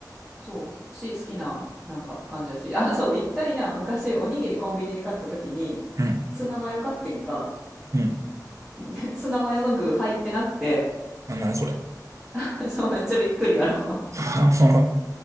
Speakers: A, in the centre; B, on the right.
A: そうし好きななんか感じだし <laughs> あそう一回な昔おにぎりコンビニで買った時に
B: うん。
A: ツナマヨ買ってんか
B: うん。
A: で <laughs> ツナマヨの具入ってなくて
B: あ、何それ。
A: <laughs> そうめっちゃびっくりやろ
B: <laughs>